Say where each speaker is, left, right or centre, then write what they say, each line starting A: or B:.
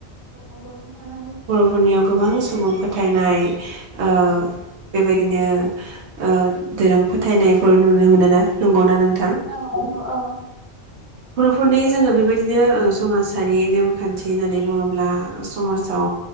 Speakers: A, on the right; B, on the right.
A: औ नंगौ नोंथां नंगौ
B: बर'फोरनियाव गोबां सुबुं फोथायनाय ओ बेबायदिनो ओ दोरों फोथायनायफोर नुनो मोनोना? नोंगावना नों
A: औ औ औ
B: बर'फोरनि जोङो बेबायदिनो ओ समाजारि नेमखान्थि होननानै बुङोब्ला समाजाव